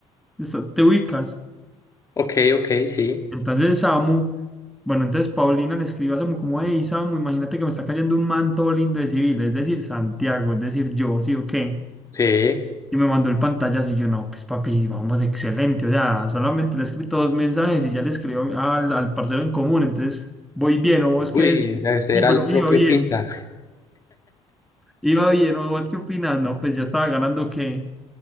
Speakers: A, in the centre; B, on the left.
A: Está- te ubicas.
B: Ok, ok, sí,
A: Entonces Samu, bueno, entonces Paulina le escribe a Samu como, hey Samu, imagínate que me está cayendo un manto lindo de civil, es decir, Santiago, es decir, yo, sí o qué.
B: sí.
A: Y me mandó el pantallazo y yo, no, pues papi, vamos, excelente. O sea, solamente le he escrito dos mensajes y ya le escribo al, al parcero en común, entonces voy bien, o vos
B: Uy,
A: qué decís.
B: o sea, usted
A: Y
B: era
A: bueno,
B: el propio
A: iba bien,
B: Pinta. <laughs>
A: iba bien, o vos qué opinas, no, pues ya estaba ganando que,